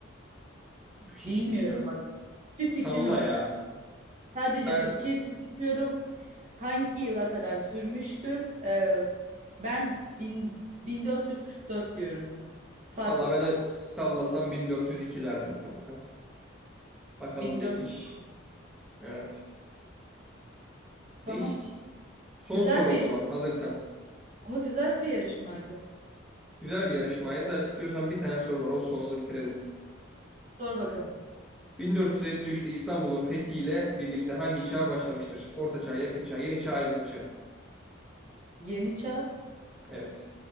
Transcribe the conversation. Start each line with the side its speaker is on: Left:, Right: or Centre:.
Centre: hiç
Right: Bilmiyorum
Centre: bilmiyorum.
Right: bak. Hiçbir fikrim
Centre: Salla
Right: yok.
Centre: ya.
Right: Sadece
Centre: Ben
Right: fikir yürütüyorum. Hangi yıla kadar sürmüştür? Ee, ben bin- 1444 diyorum buna. Fatih
Centre: valla
Right: Saman.
Centre: ben de sallasam 1402 derdim kanka. Bakalım
Right: 1400.
Centre: neymiş. Evet.
Right: Tamam.
Centre: Değişik. Son
Right: Güzel
Centre: soru
Right: bir
Centre: o zaman hazırsan.
Right: ama güzel bir yarışmaydı.
Centre: Güzel bir yarışmaydı da istiyorsan bir tane soru var. O son onu bitirelim.
Right: Sor bakalım.
Centre: 1453'te İstanbul'un fethiyle birlikte hangi çağ başlamıştır? Orta Çağ, Yakın Çağ, Yeni Çağ, Aydınlık Çağ.
Right: Yeni çağ.
Centre: Evet.